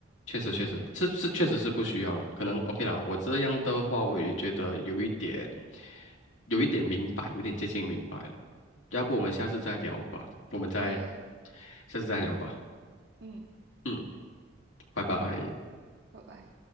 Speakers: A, on the left (about 85°); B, on the right (about 70°).
A: 确实确实，这是确实是不需要了。
B: 嗯，
A: 可能 OK 啦，我这样的话，我也觉得有一点，有一点明白，有一点接近明白了。要不我们下次再聊吧，我们再
B: 可以啊，
A: 下次再聊吧。
B: 嗯，
A: 嗯，拜拜。
B: 拜拜。